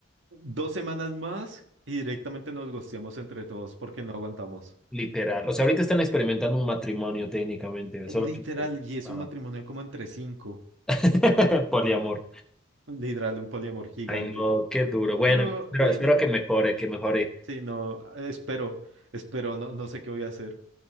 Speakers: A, on the right; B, in the centre.
A: dos semanas más y directamente nos gosteamos entre todos porque no aguantamos.
B: Literal. O sea, ahorita están experimentando un matrimonio técnicamente,
A: Literal,
B: solo que...
A: y es
B: Ah.
A: un matrimonio como entre cinco.
B: <laughs> Poliamor.
A: Literal, un poliamor gigante.
B: Ay, no, qué duro. Bueno,
A: Pero
B: espero,
A: bueno,
B: espero que mejore, que mejore.
A: sí, no, espero, espero, no, no sé qué voy a hacer.